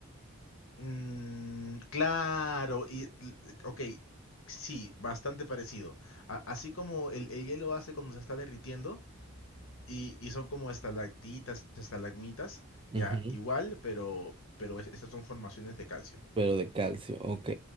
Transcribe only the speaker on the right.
Ujú,
Pero de calcio, ok.